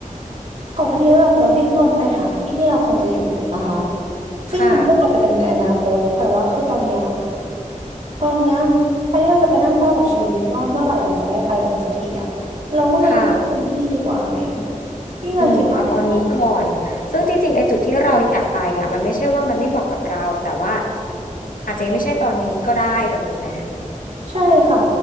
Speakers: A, on the right; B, on the left.
A: ก่อนหน้านี้แบบเราดิ้นรนไปหาที่ที่เราควรจะอยู่ถูกปะคะซึ่งมันก็อาจจะเป็นในอนาคตแต่ว่าคือตอนเนี้ย
B: ค่ะ
A: ตอนเนี้ยแทนที่เราจะไปนั่งเศร้ากับชีวิตว่าเมื่อไหร่เราจะได้ไปตรงนั้นสักทีอะเราก็มาใช้ชีวิตเต็มที่ดีกว่าไหม
B: ค่ะ
A: พี่มาคิดว่าไงคะ
B: อืมเอาตอนนี้ก่อนซึ่งจริงๆไอ้จุดที่เราอยากไปอ่ะมันไม่ใช่ว่ามันไม่เหมาะกับเราแต่ว่าอาจจะไม่ใช่ตอนนี้ก็ได้แบบนี้ไหม
A: ใช่ค่ะ